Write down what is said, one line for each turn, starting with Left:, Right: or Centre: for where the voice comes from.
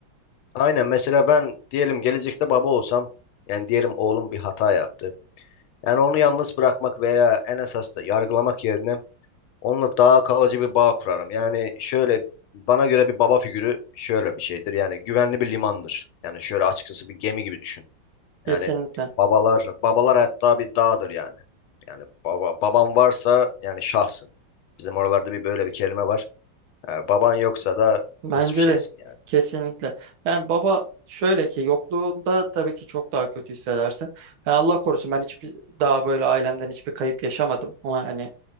Left: Aynen mesela ben diyelim gelecekte baba olsam yani diyelim oğlum bir hata yaptı. Yani onu yalnız bırakmak veya en esas da yargılamak yerine Onunla daha kalıcı bir bağ kurarım. Yani şöyle bana göre bir baba figürü şöyle bir şeydir. Yani güvenli bir limandır. Yani şöyle açıkçası bir gemi gibi düşün.
Right: Kesinlikle.
Left: Yani babalar babalar hatta bir dağdır yani. Yani baba baban varsa yani şahsın. Bizim oralarda bir böyle bir kelime var. Ha, baban yoksa da
Right: Bence
Left: hiçbir şeysin
Right: de
Left: yani.
Right: kesinlikle. Yani baba şöyle ki yokluğunda tabii ki çok daha kötü hissedersin. Yani Allah korusun ben hiçbir daha böyle ailemden hiçbir kayıp yaşamadım. Ama hani